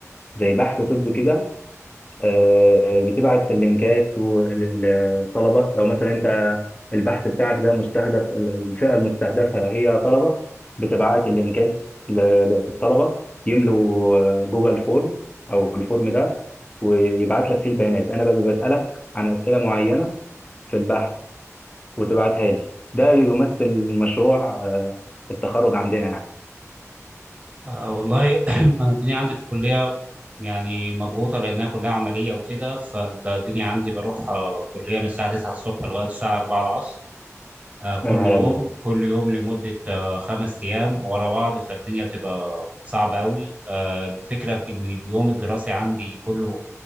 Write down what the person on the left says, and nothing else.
زي بحث طب كده آه، بتبعت اللينكات للطلبة لو مثلا انت البحث بتاعك ده مستهدف الفئة المستهدفة هي طلبة بتبعت اللينكات ل- للطلبة يملوا آه، جوجل فورم او الفورم ده ويبعت لك فيه البيانات انا ببقى بسألك عن أسئلة معينة في البحث وتبعتها لي ده يمثل مشروع آه، التخرج عندنا يعني
يا نهار
ابيض